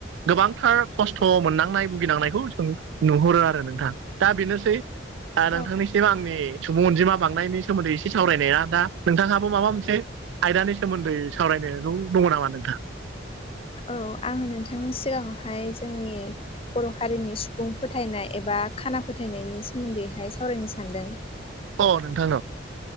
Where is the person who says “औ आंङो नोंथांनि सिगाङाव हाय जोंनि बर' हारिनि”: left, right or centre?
Left